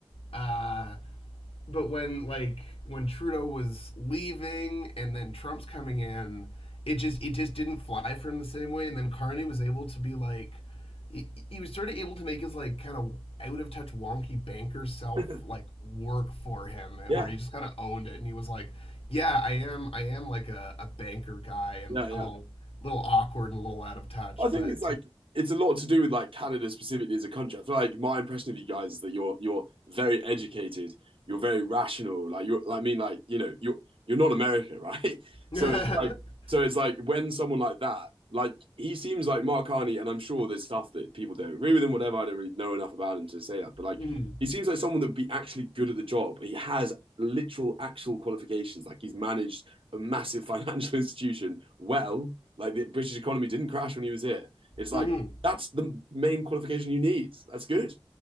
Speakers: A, on the left; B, on the right.
A: uh but when like when Trudeau was leaving and then Trump's coming in, it just it just didn't fly for him the same way. And then Carney was able to be like, he, he was sort of able to make his like kind of out of touch wonky banker self
B: yeah.
A: like
B: <laughs>
A: work for him, eh,
B: Yeah,
A: where he just kind of owned it and he was like, yeah, I am I am like a, a banker guy and
B: yeah, yeah.
A: a little little awkward and a little out of touch,
B: I think
A: but.
B: it's like it's a lot to do with like Canada specifically as a country. I feel like my impression of you guys is that you're you're very educated, you're very rational. Like you I mean, like you know, you're you're not America, right? <laughs>
A: <laughs>
B: So it's like so it's like when someone like that, like he seems like Mark Carney, and I'm sure there's stuff that people don't agree with him, whatever. I don't really know enough about him to say that, but like
A: hmm
B: he seems like someone that would be actually good at the job. He has literal actual qualifications. Like he's managed a massive <laughs> financial institution well like the British economy didn't crash when he was here. It's like
A: hmm
B: that's the main qualification you need. That's good.